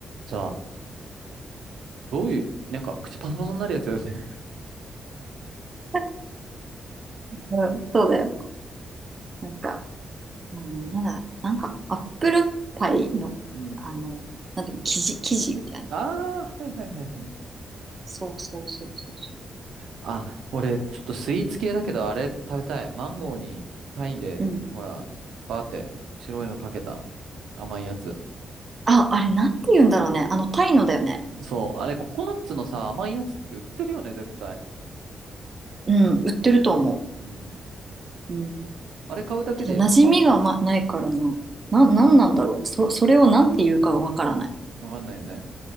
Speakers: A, on the right; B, on the right.
A: さ、どういう、なんか口パサパサになるやつだよね。
B: う。<laughs> うん、そうだよ。なんか、あの、なんだ、なんか、アップルパイの、
A: <laughs> うん。
B: あの、なんていうの、生地、生地みたいな。
A: ああ、はいはいはいはい。
B: そうそうそうそうそ
A: あ、俺、ちょっとスイーツ系だけど、あれ食べたい。マンゴーに、タイで、
B: う。うん。
A: ほら、バーって白いのかけた甘いやつ。
B: あ、あれ、なんて言うんだろうね。あの、タイのだよね。
A: そう、あれ、ココナッツのさ、甘いやつって売ってるよね、絶対。
B: うん、売ってると思
A: うん。
B: う。うん。
A: あれ買うだけで、
B: ただ、馴染みが、
A: まん、
B: ま、ないからな。な、なんなんだろうね。そ、それをなんて言うかがわからない。
A: わかんないよね。